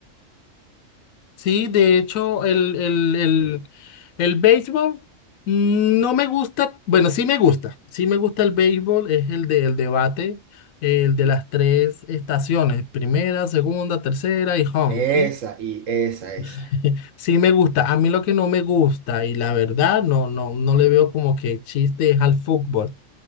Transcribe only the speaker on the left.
Sí, de hecho, el, el, el, el béisbol no me gusta, bueno, sí me gusta, sí me gusta el béisbol, es el del debate, el de las tres estaciones, primera, segunda, tercera y home,
¿sí?
<laughs> Sí me gusta, a mí lo que no me gusta y la verdad no, no, no le veo como que chiste es al fútbol.